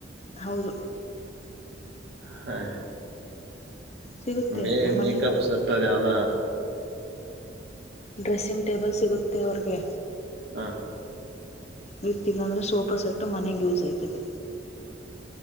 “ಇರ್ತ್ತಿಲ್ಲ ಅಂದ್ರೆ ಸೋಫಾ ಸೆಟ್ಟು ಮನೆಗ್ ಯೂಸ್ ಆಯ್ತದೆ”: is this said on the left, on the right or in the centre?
Left